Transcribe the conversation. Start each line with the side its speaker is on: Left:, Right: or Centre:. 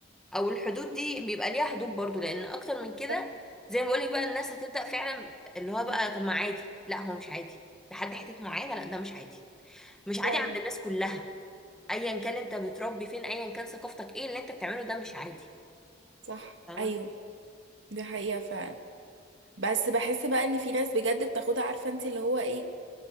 Centre: او الحدود دي بيبقى ليها حدود برضو لان اكتر من كده
Right: صح
Centre: زي ما بقولك بقى الناس هتبدأ فعلا اللي هو
Right: مم.
Centre: بقى طب ما عادي لا هو مش عادي لحد حتة معينة لا ده مش عادي مش عادي
Right: فعلا
Centre: عند الناس كلها ايا كان انت بتربي فين ايا كان ثقافتك ايه اللي انت بتعمله ده مش عادي
Right: صح
Centre: فاهمة
Right: ايوه دي حقيقة فعلا بس بحس بقى ان في ناس بجد بتاخدها عارفة انت اللي هو ايه